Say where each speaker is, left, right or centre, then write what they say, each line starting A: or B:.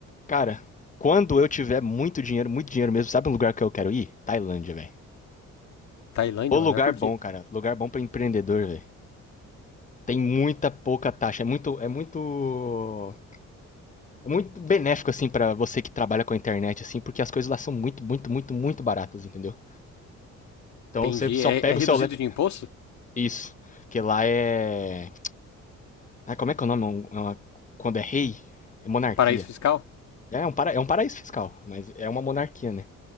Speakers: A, on the left; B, on the left.
A: Cara, quando eu tiver muito dinheiro, muito dinheiro mesmo, sabe um lugar que eu quero ir? Tailândia, velho.
B: Tailândia,
A: O lugar
B: mano, é por
A: bom,
B: quê?
A: cara. Lugar bom pra empreendedor, velho. Tem muita pouca taxa. É muito. É muito. É muito benéfico, assim, pra você que trabalha com a internet, assim, porque as coisas lá são muito, muito, muito, muito baratas, entendeu? Então
B: Entendi.
A: você só
B: É,
A: pega
B: é reduzido
A: o seu lap.
B: de imposto?
A: Isso. Que lá é. Ah, como é que é o nome? É um, é uma- Quando é rei? É monarquia.
B: Paraíso fiscal?
A: É um, para... é um paraíso fiscal, mas é uma monarquia, né?